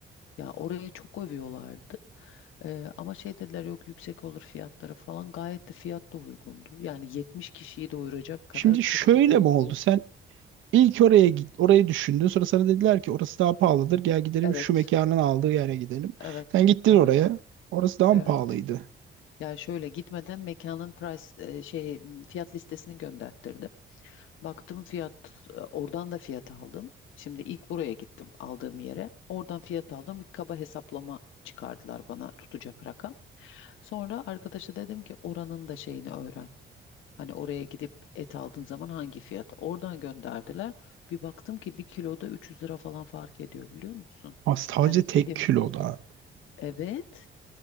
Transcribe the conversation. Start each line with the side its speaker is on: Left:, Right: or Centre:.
Left: Ya orayı çok övüyorlardı. Ee, ama şey dediler yok yüksek olur fiyatları falan. Gayet de fiyat da uygundu. Yani 70 kişiyi doyuracak kadar
Right: Şimdi şöyle
Left: çok da uygun.
Right: mi oldu? Sen ilk oraya git, orayı düşündün. Sonra sana dediler ki orası daha pahalıdır. Gel gidelim
Left: Evet,
Right: şu mekanın aldığı yere gidelim.
Left: evet,
Right: Sen gittin
Left: evet,
Right: oraya. Orası daha
Left: evet.
Right: mı pahalıydı?
Left: Ya şöyle gitmeden mekanın price e, şey m, fiyat listesini gönderttirdim. Baktım fiyat e, oradan da fiyat aldım. Şimdi ilk buraya gittim aldığım yere. Oradan fiyat aldım. Bir kaba hesaplama çıkardılar bana tutacak rakam. Sonra arkadaşa dedim ki oranın da şeyini öğren. Hani oraya gidip et aldığın zaman hangi fiyat? Oradan gönderdiler. Bir baktım ki bir kiloda 300 lira falan fark ediyor biliyor musun?
Right: Ha, sadece
Left: Yani
Right: tek
Left: gidip
Right: kiloda.
Left: evet